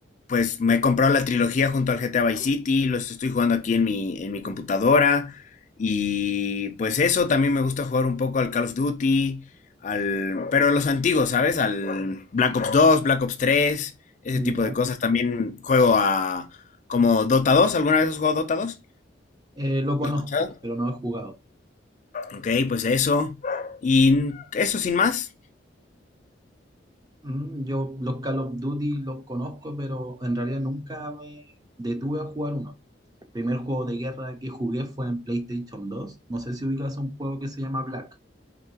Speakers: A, on the left; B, on the right.
A: pues me he comprado la trilogía junto al GTA Vice City, los estoy jugando aquí en mi, en mi computadora. Y pues eso, también me gusta jugar un poco al Call of Duty, al, pero los antiguos, ¿sabes? Al Black Ops 2, Black Ops 3, ese
B: ya.
A: tipo de cosas. También juego a como Dota 2, ¿alguna vez has jugado Dota 2?
B: Eh, lo conozco,
A: ¿Lo has escuchado?
B: pero no he jugado.
A: Ok, pues eso. Y n- eso sin más.
B: Mm, yo los Call of Duty los conozco, pero en realidad nunca me detuve a jugar uno. El primer juego de guerra que jugué fue en PlayStation dos. No sé si ubicas un juego que se llama Black.